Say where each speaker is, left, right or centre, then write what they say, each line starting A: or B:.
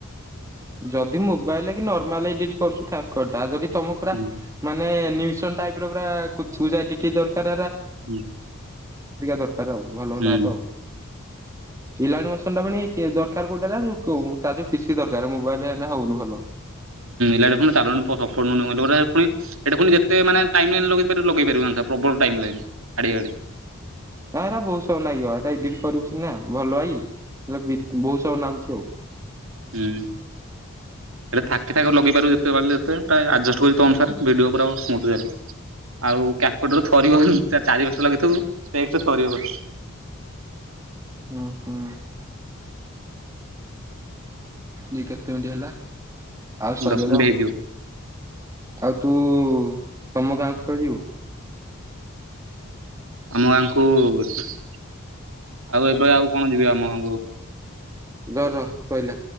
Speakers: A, on the right; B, on the right.
A: ଯଦି ମୋବାଇଲରେ କି ନର୍ମାଲ ଏଡିଂ କରୁଛ କ୍ୟପ କଟା ତମକୁ ପୁରା
B: ହୁଁ
A: ମାନେ ନ୍ୟୁସନ୍ ଟାଇପ୍ର ପୁରା କଚକୁଚା ଏଡିଟି ଦରକାର
B: ହୁଁ
A: ଦରକାର ଆଉ ଭଲ ଭଲ
B: ହୁଁ।
A: ଆପ୍ ଆଉ। ଇିଲଣି ମସନ ଟା ପୁଣି ଦରକାର କୋଉଟା ଜାଣିଛୁ ତା ଯୋଉ ପିସି ଦରକାର ମୋବାଇଲ ହେ ହଉନି ଭଲ।
B: ହୁଁାଣି ଚାଲୁନୀ ସପଟ୍ ନଉନି ଯେତ ଟାଇମି ଲେଗେଇ ପାରିବୁ। ପ୍ରବଳ ଟାଇମ ଲାଗେନି ଆଡି ଗାଡି।
A: ନା ଏରା ବହୁତ ସାରା ସମୟ ଲାଗିବ ଏରା ଏଡିଟିଂ କରିବୁ ସନା ଭଲ ଆଇ ହେ ବହୁତ ସମୟ ଲାଗୁଛି ଆଉ।
B: ହୁଁ।
A: ହ।
B: ଏଇଟା ଥକି ଥକି ଲଗେଇପରିବୁ ଯେତେ ବାିଲ ଯେତେ ପ୍ରାୟ ଆଡ଼ଜଷ୍ଟ କରି ତୋ ଅନୁସାରେ ଭିଡ଼ିଓ ପୁରା ସ୍ମୁଥ୍ ଚାଲିବ। ଆଉ କ୍ୟାପଟ ଥରିବ ଚାରି ପାସ ଲାଗିଥିବୁ ସେ ଥରିବ।
A: ହ ହୁ। ଯେ କେତେ ମିନିଟ୍ ହେଲା? ଆଉ ସରିବ
B: ଦଶ
A: ତ
B: ମିନିଟ୍
A: ଆଉ।
B: ହେଇଥିବ।
A: ଆଉ ତୁ ତମ ଗାଁକୁ କେବେ ଯିବୁ?
B: ଆମ ଗାଁଙ୍କୁ ଆଉ ଏବେ ଆଉ କଣ ଯିବି ଆମ ଗାଁକୁ।
A: ର ର ସଇଲା।